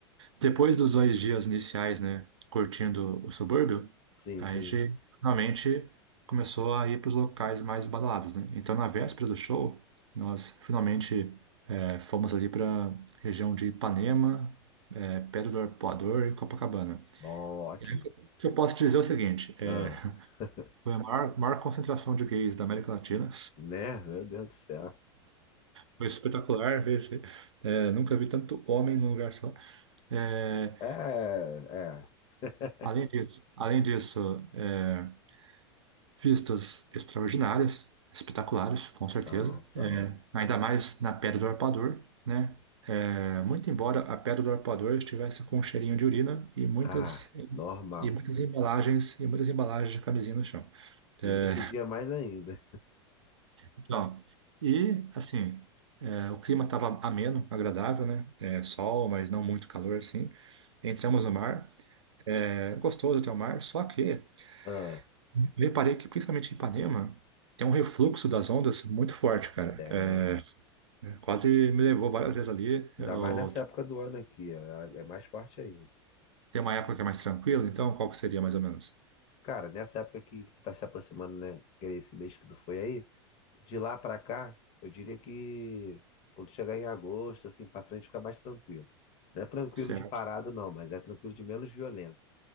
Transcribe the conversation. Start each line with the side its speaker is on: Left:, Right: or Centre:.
Right: Depois dos dois dias iniciais, né, curtindo o subúrbio,
Left: Sim,
Right: a
Left: sim.
Right: gente finalmente começou a ir para os locais mais badalados, né? Então, na véspera do show, nós finalmente eh, fomos ali para região de Ipanema, eh, Pedra do Arpoador e Copacabana.
Left: Bom, ótimo.
Right: E aí, o que eu posso te dizer é o seguinte: eh,
Left: Ah, <laughs>
Right: foi a maior, maior concentração de gays da América Latina.
Left: né? Meu Deus do céu.
Right: Foi espetacular ver esse- eh, nunca vi tanto homem num lugar só. Eh,
Left: É, é. <laughs>
Right: além disso, além disso eh, Vistas extraordinárias, espetaculares, com certeza.
Left: São, são.
Right: É, ainda mais na Pedra do Arpoador, né? É, muito embora a Pedra do Arpoador estivesse com um cheirinho de urina e muitas
Left: Ah, normal.
Right: e muitas embalagens e muitas embalagens de camisinha no chão.
Left: E
Right: É,
Left: nesse dia mais ainda.
Right: então, e assim, é, o clima estava ameno, agradável, né? É, sol, mas não muito calor assim. Entramos no mar, é, gostoso até o mar, só que
Left: Ah.
Right: Eu reparei que, principalmente em Ipanema, tem um refluxo das ondas muito forte, cara.
Left: Tem.
Right: É, né? quase me levou várias vezes ali.
Left: Ainda
Right: Eu...
Left: mais nessa época do ano aqui, é é mais forte ainda.
Right: Tem uma época que é mais tranquila, então qual que seria mais ou menos?
Left: Cara, nessa época que, que tá se aproximando, né? Que é esse mês que tu foi aí, de lá pra cá, eu diria que quando chegar em agosto, assim, pra frente fica mais tranquilo. Não é tranquilo
Right: Certo,
Left: de parado, não, mas é tranquilo de menos violento.